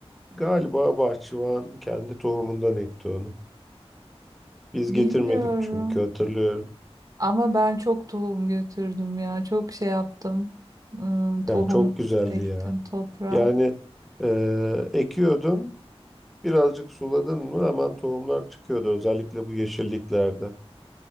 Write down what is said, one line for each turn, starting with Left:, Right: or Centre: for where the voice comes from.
Centre: galiba bahçıvan kendi tohumundan ekti onu. Biz
Right: bilmiyorum.
Centre: getirmedik çünkü hatırlıyorum.
Right: Ama ben çok tohum götürdüm ya. Çok şey yaptım. Hmm, tohum
Centre: Ya çok güzeldi
Right: ektim
Centre: ya.
Right: toprağa.
Centre: Yani eee, ekiyordun, birazcık suladın mı hemen tohumlar çıkıyordu. Özellikle bu yeşilliklerde.